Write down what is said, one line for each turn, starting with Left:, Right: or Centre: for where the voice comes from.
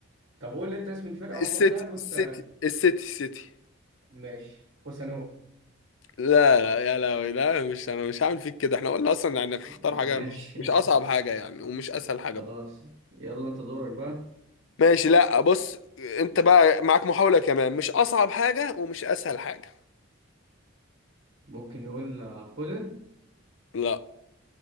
Right: طب قول لي انت اسم الفرقة وهو
Left: السيتي
Right: بتلعب وانت
Left: السيتي السيتي السيتي
Right: ماشي خوسانوف
Left: لا لا يا لهوي لا مش انا مش هعمل فيك كده احنا قلنا اصلا يعني اختار
Right: ماشي
Left: حاجة مش مش اصعب
Right: <laughs>
Left: حاجة يعني ومش اسهل حاجة
Right: خلاص
Left: برضه
Right: يلا انت دورك بقى
Left: ماشي لا بص انت بقى معاك محاولة كمان مش اصعب حاجة ومش اسهل حاجة
Right: ممكن نقول آه، فودن
Left: لا